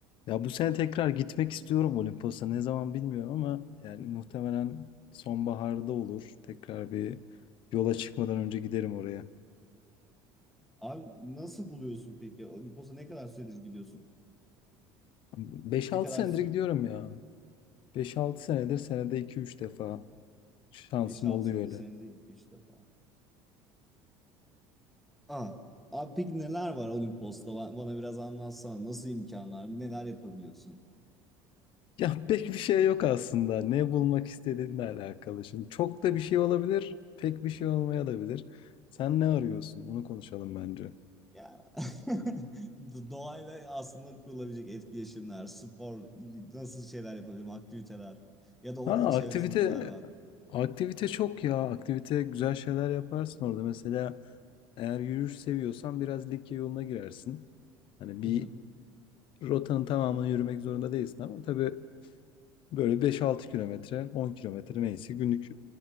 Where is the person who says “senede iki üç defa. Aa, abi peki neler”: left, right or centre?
Centre